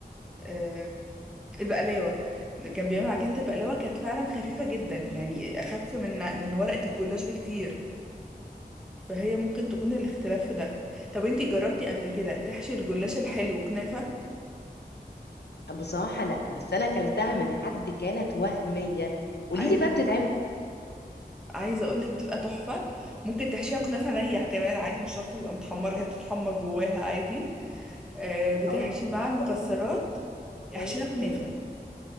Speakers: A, in the centre; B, on the left.
A: آه البقلاوة اللي كان بيعمل
B: البقلاوه
A: عجينة البقلاوة كانت فعلا خفيفة جدا يعني اخف من من ورقة الجلاش بكتير فهي ممكن تكون الاختلاف في ده طب انتي جربتي قبل كده تحشي الجلاش الحلو كنافة
B: بصراحة لا بس أنا أكلتها من حد كانت وهمية
A: عايز
B: قولي لي بقى بتتعمل إزاي؟
A: عايزه اقول لك بتبقى تحفه ممكن تحشيها كنافه نيح كمان عادي مش شرط تبقى متحمره هي بتتحمر جواها عادي آه
B: أنا
A: بتحشي
B: أول مرة
A: مع المكسرات
B: أقول لك بتتعمل
A: احشيها كنافه
B: إزاي